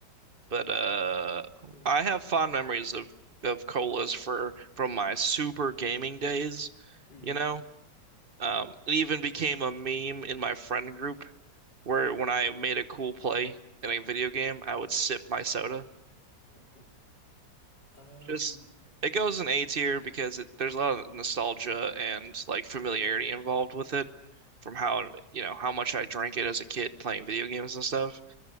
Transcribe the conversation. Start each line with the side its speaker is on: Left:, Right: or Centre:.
Right: but uh
Left: Yeah.
Right: I have fond memories of of colas for from my super gaming days,
Left: Mm-hmm.
Right: you know? Um, it even became a meme in my friend group where when I made a cool play in a video game, I would sip my soda.
Left: <laughs> Um,
Right: Just it goes in A tier because it, there's a lot of nostalgia and like familiarity involved with it from how you know how much I drank it as a kid playing video games and stuff.